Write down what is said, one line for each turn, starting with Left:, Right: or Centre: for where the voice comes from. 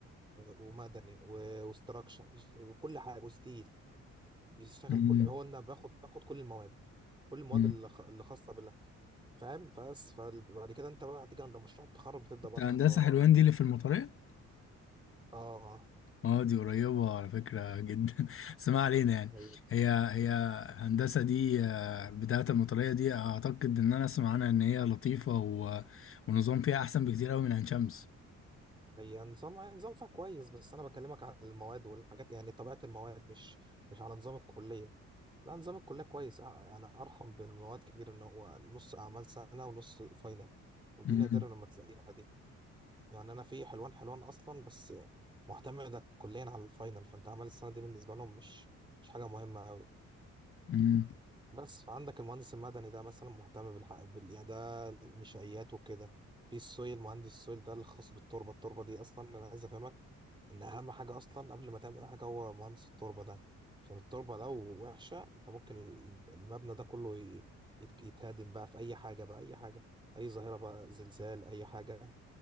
Right: ومدني و... وستراكشر بيش- وكل حاجه وستيل بيشتغل
Left: مم.
Right: كل هو انا باخد باخد كل المواد كل المواد
Left: مم.
Right: اللي خ- اللي خاصه فاهم بس فبعد كده انت بقى هتيجي عند مشروع التخرج بتبدأ
Left: انت
Right: بقى تختار
Left: هندسة حلوان دي اللي في المطرية
Right: اه
Left: اه دي قريبة على فكرة جدا <laughs> بس ما علينا يعني
Right: هي
Left: هي هي هندسة دي آه، بتاعة المطرية دي اعتقد ان انا اسمع عنها ان هي لطيفة و... ونظام فيها احسن بكتير قوي من عين شمس
Right: هي نظام نظام فيها كويس بس انا بكلمك على المواد والحاجات يعني طبيعة المواد مش مش على نظام الكلية لا نظام الكلية كويس اه، انا ارحم بالمواد كتير ان هو نص اعمال سنة ونص فاينل ودي
Left: مم.
Right: نادرة لما تلاقيها دي يعني انا في حلوان حلوان اصلا بس معتمدة كليا على الفاينل فانت اعمال السنة دي بالنسبة لهم مش مش حاجة مهمة أوي.
Left: مم.
Right: بس فعندك المهندس المدني ده مثلا مهتم بالح... بال... يعني ده النشائيات وكده في السويل مهندس السويل ده الخاص بالتربه التربه دي اصلا انا عايز افهمك ان اهم حاجه اصلا قبل ما تعمل اي حاجه هو مهندس التربه ده عشان التربه لو وحشه انت ممكن ال- المبنى ده كله ي... يت- يتهدم بقى في اي حاجه بقى اي حاجه اي ظاهره بقى زلزال اي حاجه